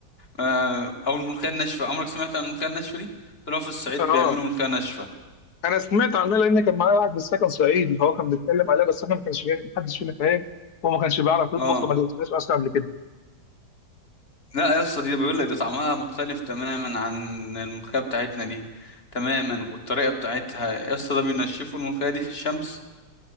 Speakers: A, on the left; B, on the left.
A: آه، او الملوخية الناشفة عمرك سمعت عن الملوخية الناشفة دي طلعوا في الصعيد
B: اه
A: بيعملوا ملوخية ناشفة
B: انا سمعت عنها لان كان معايا واحد في السكن صعيدي فهو كان بيتكلم عليها بس احنا ما كانش فينا محدش فينا فاهم هو ما كانش بيعرف يطبخ
A: اه
B: فما دقتهاش اصلا قبل كده
A: لا يا اسطى دي بيقول لك ده طعمها مختلف تماما عن الملوخية بتاعتنا دي تماما والطريقة بتاعتها يا اسطى ده بينشفوا الملوخية دي في الشمس